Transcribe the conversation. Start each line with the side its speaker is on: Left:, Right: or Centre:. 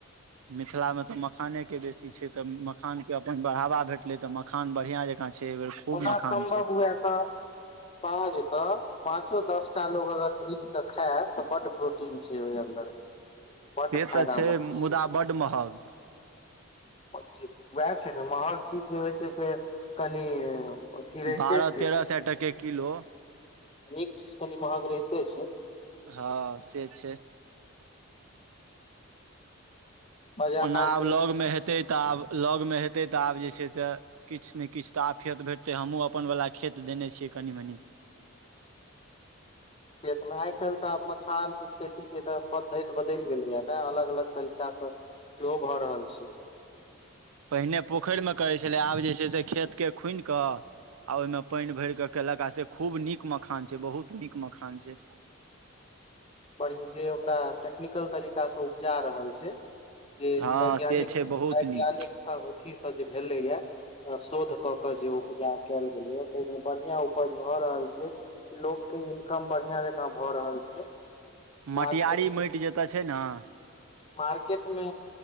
Right: मिथिलामे तऽ मखानेके बेसी छै तऽ मखानके अपन बढ़ावा भेटलै तऽ मखान बढ़िआँ जँकाँ छै। एहि बेर खूब
Left: ओना
Right: मखान
Left: सम्भव
Right: छै
Left: हुए तऽ साँझ के पाँचो दस टा लोग अगर भुज कऽ खैब तऽ बड्ड प्रोटीन छै ओहि अन्दर। बड्ड
Right: से
Left: फायदामन्द
Right: त छै मुदा बड महग।
Left: उएह छै ने महग चीज जे होइ छै से कनि अथी रहिते
Right: बारह
Left: छै
Right: तेरह सए टके किलो।
Left: नीक चीज कनि महग रहिते छै
Right: हाँ से छै।
Left: बाजार
Right: ओना आब
Left: के
Right: लग मे हेतै तऽ आब लगमे हेतै त आब जे छै से किछु ने किछु त आफियत भेटतै हमहुँ अपन वला खेत देने छियै कनि मनि।
Left: लेकिन आइ कालि त आब मखान खेती के त पद्धति ब बदलि गेलैये ने अलग अलग तरीका से सेहो भ रहल से
Right: पहिने पोखरिमे करै छलै, आब जे छै से खेतके खुनि क आ ओहिमे पानि भरि क केलक आ से खूब नीक मखान छै बहुत नीक मखान छै।
Left: कनि जे ओकरा टेक्निकल तरीकासे उपजा रहल छै, जे
Right: हँ
Left: वैज्ञानिक
Right: से छै बहुत
Left: वैज्ञानिक
Right: नीक
Left: अथिसँ जे भेलैए, शोध क के जे उपजा कयल गेलैए ताहिमे बढ़िया उपज भ रहल छै। लोकके इनकम बढ़िया जकां भ रहल छै।
Right: मटियरी
Left: मार्केट
Right: माटि जतय छै न अंह।
Left: मार्केट मे